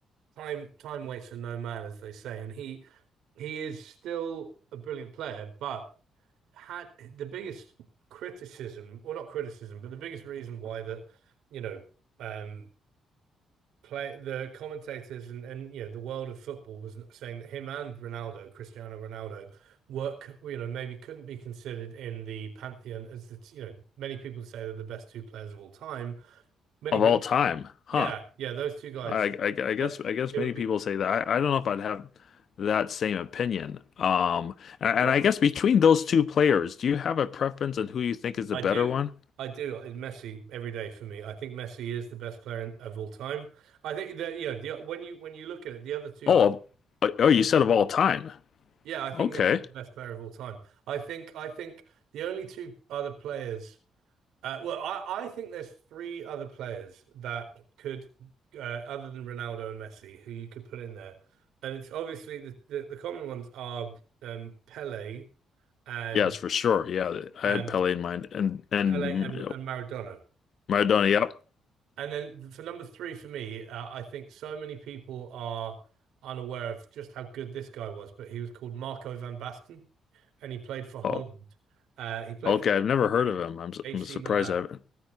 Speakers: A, on the right (about 80°); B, on the left (about 55°).
A: time time waits for no man, as they say, and he he is still a brilliant player, but had the biggest criticism, or not criticism, but the biggest reason why that, you know, um, play the commentators and and you know the world of football was saying that him and Ronaldo, Cristiano Ronaldo, work, you know, maybe couldn't be considered in the pantheon as the, you know, many people say they're the best two players of all time. Many
B: of
A: people,
B: all time, huh?
A: yeah, yeah, those two guys,
B: I, I, I guess
A: that
B: I guess
A: it
B: many
A: would be.
B: people say that. I, I don't know if I'd have that same opinion. Um, and,
A: what
B: and I guess between those two players, do you have a preference on who you think is the
A: I
B: better
A: do.
B: one?
A: I do. Messi every day for me. I think Messi is the best player in, of all time. I think that yeah, the, when you when you look at it, the other two
B: Oh,
A: people,
B: oh,
A: yeah,
B: you said of all time.
A: yeah, I think
B: Okay.
A: Messi's the best player of all time. I think I think the only two other players uh, well, I, I think there's three other players that could uh, other than Ronaldo and Messi who you could put in there. And it's obviously the the, the common ones are um, Pele and
B: Yes, for sure. Yeah, I
A: and
B: had Pele in mind, and and
A: Pele and and Maradona.
B: Maradona. Yep.
A: And then for number three for me, uh, I think so many people are unaware of just how good this guy was, but he was called Marco van Basten, and he played for Holland.
B: Oh,
A: Uh, he played
B: okay.
A: for Holland,
B: I've never heard of him. I'm su-
A: AC
B: I'm surprised
A: Milan.
B: I haven't.